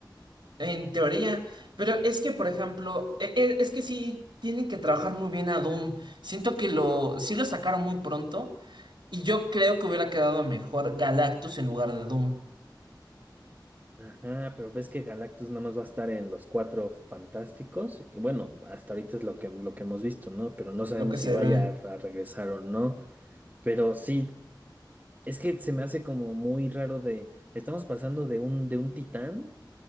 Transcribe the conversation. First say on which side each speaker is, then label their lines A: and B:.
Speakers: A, on the right; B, on the right.
A: en teoría. Pero es que, por ejemplo, e- e- es que sí tienen que trabajar muy bien a Doom. Siento que lo, sí lo sacaron muy pronto. Y yo creo que hubiera quedado mejor Galactus en lugar de Doom.
B: Ajá, pero ves que Galactus nada más va a estar en los cuatro fantásticos. Y bueno, hasta ahorita es lo que, lo que hemos visto, ¿no? Pero no sabemos
A: Lo que
B: si
A: se
B: vaya
A: ve.
B: a, a regresar o no. Pero sí, es que se me hace como muy raro de. Estamos pasando de un, de un titán.